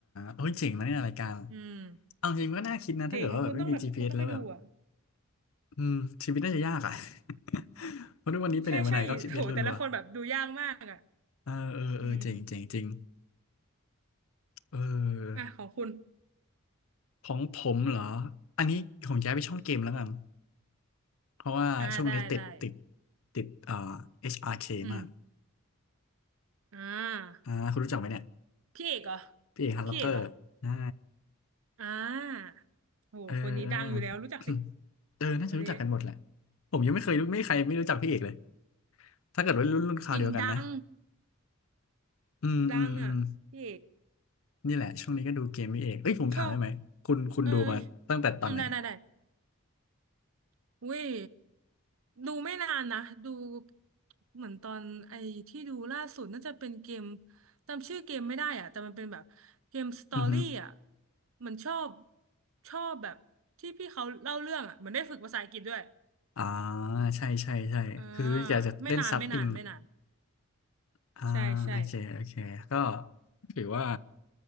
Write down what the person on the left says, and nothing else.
เฮ้ยเจ๋งนะเนี่ยรายการ
เอาจริงก็น่าคิดนะถ้าเกิดว่าแบบไม่มี
GPS แล้วแบบ อืมชีวิตน่าจะยากอ่ะ <laughs> เพราะทุกวันนี้ไปไหนมาไหนก็ชีวิตรัว
ๆเออเออเออเจ๋งเจ๋งจริง
เอ
อของผมเหรออันนี้ของย้ายไปช่องเกมแล้วกันเพราะว่าช่วงนี้ติดติด
ติดเอ่อ HRK
มาก
อ่าคุณรู้จักไหมเนี่ย
พี่เอกฮันล็อกเกอร์ใช่
เออเออ <coughs> เออน่าจะรู้จักกันหมดแหละ
ผมยังไม่เคยรู้ไม่มีใครไม่รู้จักพี่เอกเลยถ้าเกิดว่ารุ่นรุ่นคราวเดียวกันนะ
อืมอืมอืม
นี่แหละช่วงนี้ก็ดูเกมนี่เองเอ้ยผมถามได้ไหมคุณคุณดูมาตั้งแต่ตอนไหน
อือฮึ
อ่าใช่ใช่ใช่คืออยากจะเล่นซับอิง
อ่าโอเคโอเคก็
ถือว่า